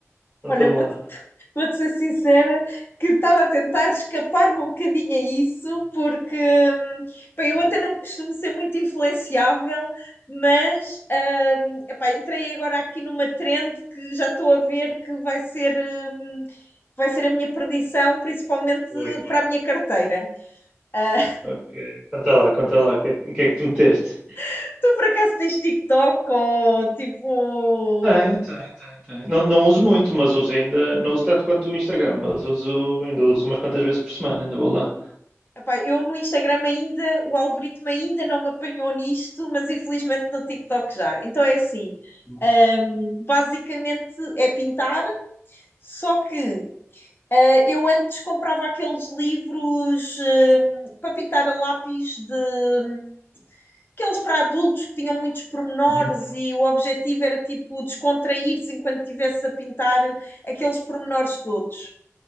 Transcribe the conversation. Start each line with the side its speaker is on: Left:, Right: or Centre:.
Centre: Conta-me
Left: Olha, vou-te
Centre: lá.
Left: <laughs> vou-te ser sincera que estava a tentar escapar-me um bocadinho a isso, porque hum, pá, eu até não costumo ser muito influenciável, mas hum, epá, entrei agora aqui numa trend que já estou a ver que vai ser, hum, vai ser a minha perdição, principalmente
Centre: Oi.
Left: para a minha carteira. Ah,
Centre: Ok, conta lá, conta lá, o que é que- em que é que tu meteste?
Left: <laughs> tu por acaso tens TikTok ou tipo
Centre: Tenho, tenho, tenho, tenho. Não, não uso muito, mas uso ainda. Não uso tanto quanto o Instagram, mas uso, ainda uso umas quantas vezes por semana, ainda vou lá.
Left: Epá, eu no Instagram ainda, o algoritmo ainda não me apanhou nisto, mas infelizmente no TikTok já. Então é assim,
Centre: Uhum.
Left: hum, basicamente é pintar, só que eh, eu antes comprava aqueles livros hum, para pintar a lápis de aqueles para adultos que tinham muitos pormenores
Centre: Uhum.
Left: e o objetivo era tipo descontrair-se enquanto estivesse a pintar aqueles pormenores todos.